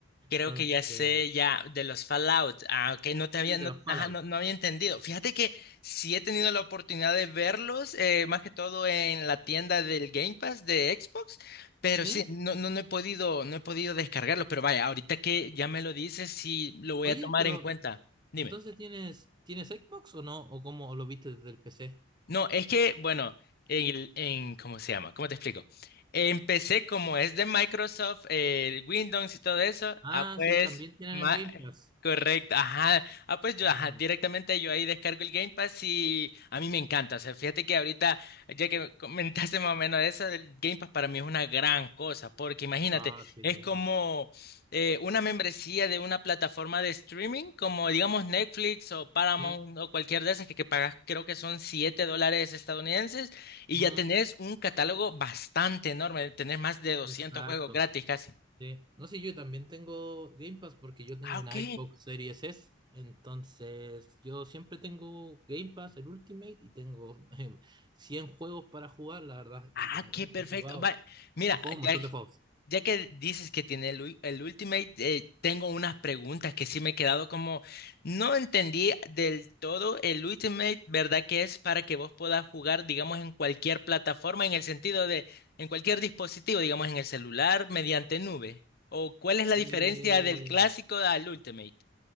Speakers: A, on the left; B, on the right.
A: creo
B: Entonces,
A: que ya sé, ya, de los Fallout. Ah, ok, no te había,
B: sí, de
A: no,
B: los Fallout.
A: ajá, no, no había entendido. Fíjate que sí he tenido la oportunidad de verlos, eh, más que todo en la tienda del Game Pass de Xbox. Pero
B: ¿Sí?
A: sí, no, no, no he podido, no he podido descargarlos. pero vaya, ahorita que ya me lo dices, sí lo voy
B: Oye,
A: a tomar
B: pero
A: en cuenta. Dime.
B: entonces tienes, ¿tienes Xbox o no? ¿O cómo lo viste desde el PC?
A: No, es que, bueno, en, el- en- ¿cómo se llama? ¿Cómo te explico? Empecé como es de Microsoft, eh, Windows y todo eso.
B: Ah,
A: Ah, pues,
B: sí, también tienen
A: ma-
B: el Game Pass.
A: correcto, ajá. Ah, pues yo,
B: Ujú.
A: ajá, directamente yo ahí descargo el Game Pass y a mí me encanta. O sea, fíjate que ahorita, ya que comentaste más o menos eso, el Game Pass para mí es una gran cosa, porque imagínate,
B: Ah, sí,
A: es como
B: no.
A: eh, una membresía de una plataforma de streaming como digamos Netflix o Paramount
B: Sí.
A: o cualquier de esas que, que pagas creo que son 7 dólares estadounidenses y
B: Mm,
A: ya tenés un catálogo bastante enorme, tenés más de doscientos
B: exacto.
A: juegos gratis casi.
B: Sí. No sé, yo también tengo Game Pass porque yo tengo
A: Ah, ok.
B: una Xbox Series S. Entonces, yo siempre tengo Game Pass, el Ultimate, y tengo <laughs> em, 100 juegos para jugar, la verdad.
A: Ah,
B: Y la verdad
A: qué perfecto.
B: que he jugado,
A: Va- mira,
B: he jugado un
A: ya,
B: montón de juegos.
A: ya que dices que tiene el, ul- el Ultimate, eh, tengo unas preguntas que sí me he quedado como, no entendí del todo el Ultimate, ¿verdad? Que es para que vos puedas jugar, digamos, en cualquier plataforma, en el sentido de, en cualquier dispositivo, digamos, en el celular, mediante nube. ¿O cuál es la
B: Eh,
A: diferencia del clásico al Ultimate?